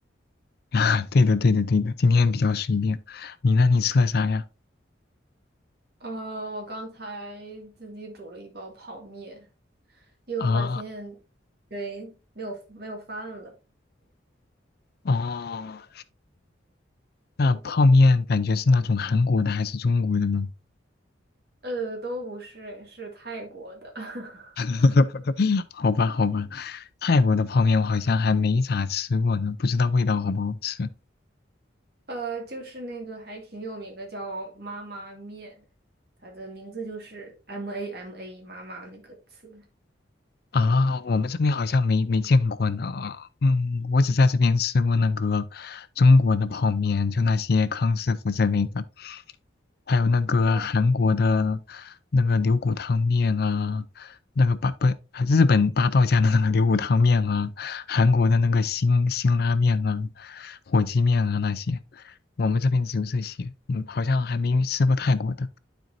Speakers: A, on the left (about 50°); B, on the right (about 55°).
A: <laughs> 啊，对的，对的，对的，今天比较随便。你呢？你吃了啥呀？
B: 呃，我刚才自己煮了一包泡面，又发现，
A: 啊，
B: 对，没有没有饭了。
A: 哦，那泡面感觉是那种韩国的还是中国的呢？
B: 是的，呃，都不是，是泰国的，<laughs>
A: <laughs> 好吧，好吧，泰国的泡面我好像还没咋吃过呢，不知道味道好不好吃。
B: 呃，就是那个还挺有名的，叫妈妈面，它的名字就是 M A M A 妈妈那个词。
A: 啊，我们这边好像没没见过呢。嗯，我只在这边吃过那个中国的泡面，就那些康师傅之类的，还有那个韩国的那个牛骨汤面啊，
B: 哦，
A: 那个八不日本八道家的那个牛骨汤面啊，韩国的那个辛辛拉面啊，火鸡面啊那些，我们这边只有这些。嗯，好像还没吃过泰国的。